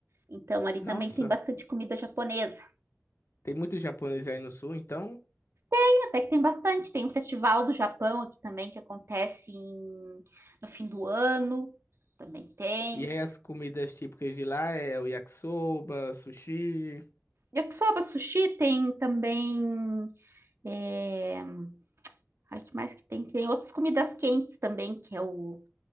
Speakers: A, on the right (about 65°); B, on the left (about 65°).
A: Então, ali também
B: Nossa.
A: tem bastante comida japonesa.
B: Tem muito japonês aí no sul, então.
A: Tem até que tem bastante. Tem um festival do Japão aqui também, que acontece em- no fim do ano. Também tem.
B: E aí as comidas típicas de lá é o yakisoba, sushi.
A: Yakisoba sushi tem também. É... Ai, que mais que tem? Tem outras comidas quentes também, que é o,